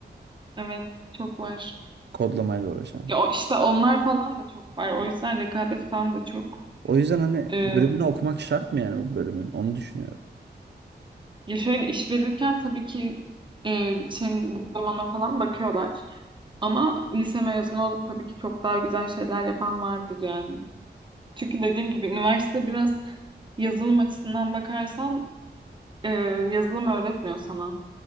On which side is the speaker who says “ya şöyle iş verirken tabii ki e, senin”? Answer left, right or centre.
Right